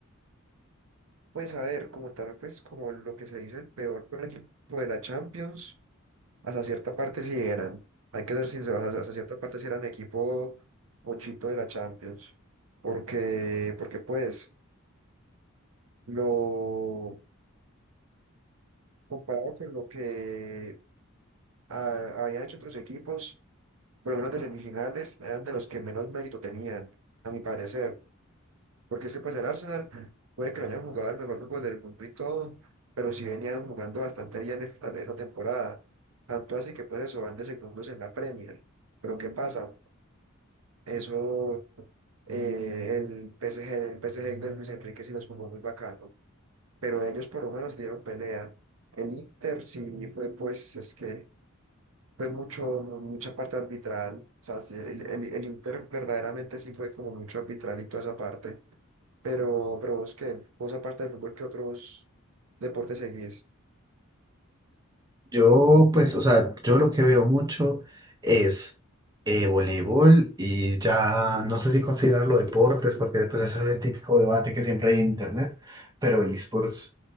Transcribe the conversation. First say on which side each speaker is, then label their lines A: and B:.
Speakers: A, on the right; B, on the right.
A: Pues a ver, como tal, pues como lo que se dice, el peor, peor equipo de la Champions, hasta cierta parte sí eran, hay que ser sinceros, hasta, hasta cierta parte sí eran equipo pochito de la Champions, porque, porque pues lo comparado con lo que ah, habían hecho otros equipos, por lo menos de semifinales, eran de los que menos mérito tenían, a mi parecer. Porque ese, pues el Arsenal, puede que no hayan jugado el mejor fútbol del mundo y todo, pero sí venían jugando bastante bien esta, esta temporada. Tanto así que, pues eso, van de segundos en la Premier. Pero ¿qué pasa? Eso, eh, el P S PSG, el PSG de Luis Enrique sí los jugó muy bacano, pero ellos por lo menos dieron pelea. El Inter sí fue, pues, es que. fue mucho, mu- mucha parte arbitral, o sea, sí, el, el, el Inter verdaderamente sí fue como mucho arbitral y toda esa parte, pero, pero vos qué, vos aparte de fútbol, ¿qué otros deportes seguís?
B: Yo, pues, o sea, yo lo que veo mucho es eh, voleibol y ya no sé si considerarlo deportes, porque después ese es el típico debate que siempre hay en internet, pero esports,